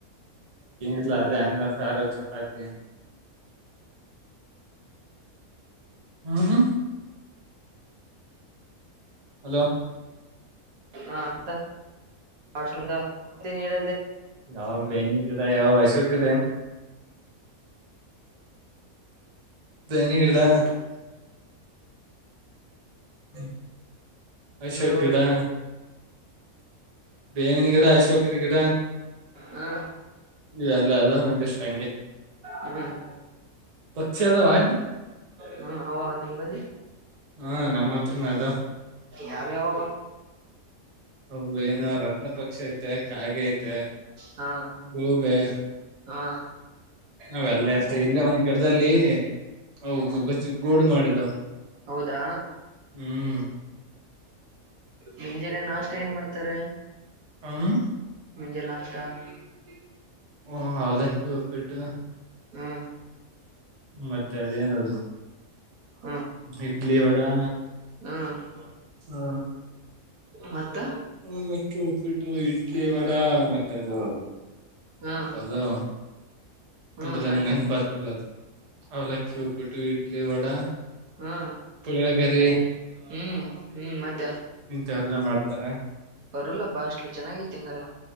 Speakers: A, on the right; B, on the right.
A: ಲ್ಲದೆೆ ಅ ಸಾರು ಚಪಾತಿ ಹ್ಮ ಹ್ಮ ಹಲೋ
B: ಹಾ ಅ ವಾಷೂಮದ ನೀಡ
A: ಯಾವ ಬೇನಿಗಿದೆ ಯಾವ ಅಶೋಕ್ದೆ ಬನಡಾ <unintelligible> ಹ್ಮ ಅಷಾ
B: ಹಲೋ
A: ಗಡ <inaudible> ಬೇವಿನ ಗಿಡ ಅಶೋಕದ ಗಿಡ
B: ಹಾ
A: ಇವೆಲ್ಲ ಅದ ಒಂದಿಷ್ಟ ಹಂಗೆ
B: ಹ್ಮ್
A: ಪಕ್ಷಿ ಅದ ಹ
B: ಹ್ಮ್ ಅವ ನಿಂಬಲ್ಲಿ
A: ಹಾ ನಮ್ಮ ಹತ್ರನ ಅದ <inaudible>
B: ಯಾವ್ಯಾವ
A: ಹೌದು ಏನ ರತ್ನ ಪಕ್ಷಿ ಐತೆ ಕಾಗೆ ಐತೆ
B: ಹಾ
A: ಗೂಬೆ
B: ಹಾ
A: ಅವೆಲ್ಲ ಇರ್ತ ಇಲ್ಲೇ ಒಂದ್ ಗಿಡದಲ್ಲಿ
B: ಹ್ಮ್
A: ಅವು ಗುಬ್ಬಚ್ಚಿ ಗೂಡು ಮಾಡಿದವು
B: ಹೌದಾ.
A: ಹ್ಮ್
B: ನಿಂಜೆಲ್ಲ ನಾಷ್ಟ ಏನ್ ಮಾಡ್ತಾರೆ <inaudible>
A: ಹ್ಮ <unintelligible>
B: ಮುೆ ಲಾಸ್ಟ್ <inaudible> ತ್ತ <inaudible>
A: ಹಓ ಅವಲಕ್ಕೆಪ್ಪಿಟ್ಟ
B: ಹಾ
A: ಮತ್ತೆ ಅದೇನದು
B: <inaudible>
A: ಇಡ್ಲಿ ವಡಾ
B: ಹಾ <inaudible>
A: ಹಾ
B: ಮತ್ತ
A: ಅವಲಕ್ಕಿ ಉಪ್ಪಿಟ್ಟು ಇಡ್ಲಿ ವಡಾ ಮತ್ತೆ ಅದು
B: ಹಾ
A: ಏನಪ್ಪ ಅದು
B: ಹ್ಮ್
A: ಅಂದ್ರೆ
B: ಮತ್ತೆ
A: ನೆನ್ಪ ಬರ್ತಲ್ಲ ಅದ ಅವ್ಲಕ್ಕಿ ಉಪ್ಪಿಟ್ಟು ಇಡ್ಲಿ. ಇಡ್ಲಿ ವಡಾ.
B: ಹ್ಮ
A: ಪುಳಿಯೋಗರಿ
B: ಹ್ಮ್ ಹ್ಮ ಮತ್ತ
A: ಇಂತ ಎಲ್ಲ ಮಾಡ್ತಾರೆ.
B: ಬರಲ್ಲ ಬಾಷ್ಟಲಿ ಚೆನ್ನಾಗೈತಿ ಅಂಗಾರ